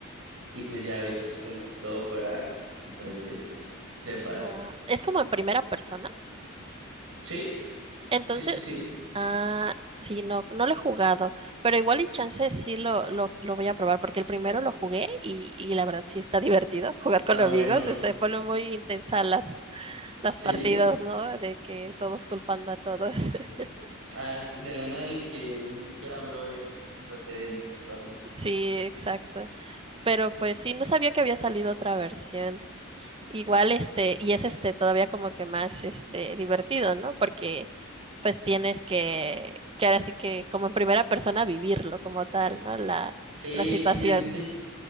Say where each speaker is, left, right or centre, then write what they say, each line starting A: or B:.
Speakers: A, on the right; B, on the right.
A: y pues ya ves así como si todo fuera en tres d y así. Se ve padre.
B: Ah, es como en primera persona.
A: Sí,
B: Entonces,
A: sí, sí, sí.
B: ah, sí, no, no lo he jugado, pero igual y chance sí lo, lo, lo voy a probar, porque el primero lo jugué y, y la verdad sí está <laughs> divertido jugar
A: Está
B: con los
A: bueno.
B: amigos, se se pone muy intensas las, las
A: Sí.
B: partidas, ¿no? De que todos culpando a todos. <laughs>
A: Ah, sí, de la nada el que ni siquiera habló eh, resulta ser el impostor, ¿no?
B: Sí, exacto. Pero pues sí, no sabía que había salido otra versión. Igual, este, y es este todavía como que más este divertido, ¿no? Porque pues tienes que, que ahora sí que como en primera persona vivirlo como tal, ¿no? La,
A: Sí,
B: la situación.
A: y de,